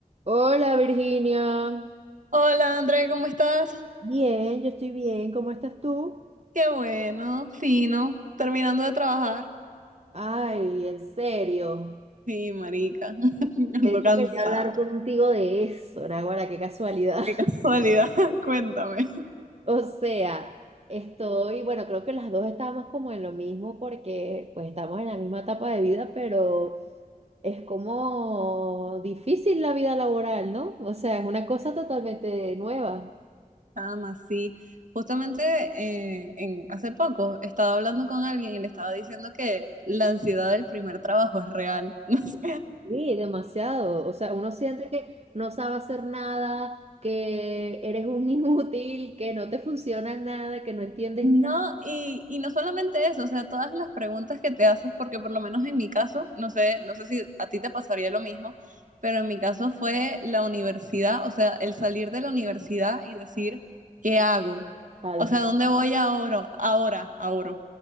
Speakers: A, on the right; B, on the right.
A: Hola Virginia.
B: Hola André, ¿cómo estás?
A: Bien, yo estoy bien. ¿Cómo estás tú?
B: Qué bueno, fino, terminando de trabajar.
A: Ay, en serio.
B: Sí, marica, <laughs> ando
A: De Mm. hecho,
B: cansada.
A: quería hablar contigo de eso, Naguará, qué casualidad. <laughs>
B: Qué casualidad, <laughs> cuéntame.
A: O sea, estoy, bueno, creo que las dos estamos como en lo mismo porque pues estamos en la misma etapa de vida, pero es como difícil la vida laboral, ¿no? O sea, es una cosa totalmente nueva.
B: Nada más, sí. Justamente eh, en, hace poco estaba hablando con alguien y le estaba diciendo que la ansiedad del primer trabajo es real. <laughs> no sé,
A: Sí, demasiado. O sea, uno siente que no sabe hacer nada, que eres un <laughs> inútil, que no te funciona nada, que no entiendes
B: No,
A: nada.
B: y, y no solamente eso, o sea, todas las preguntas que te haces, porque por lo menos en mi caso, no sé, no sé si a ti te pasaría lo mismo, pero en mi caso fue la universidad, o sea, el salir de la universidad y decir, ¿qué hago?
A: Tal
B: O sea,
A: cual.
B: ¿dónde voy ahora? Ahora, ahora.